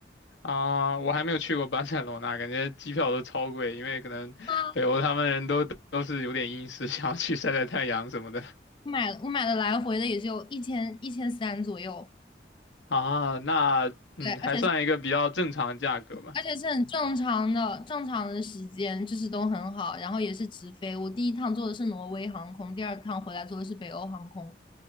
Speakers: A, on the left (about 90°); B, on the left (about 25°).
A: 啊，我还没有去过巴塞罗那，感觉机票都超贵，因为可能北欧他们人都都是有点阴湿，
B: 啊，
A: 想要去晒晒太阳什么的。
B: 我买了我买了来回的也就一千一千三左右，
A: 啊，那嗯，
B: 对，
A: 还算一个比较正常的价格吧。
B: 而且而且是很正常的，正常的时间就是都很好，然后也是直飞。我第一趟坐的是挪威航空，第二趟回来坐的是北欧航空。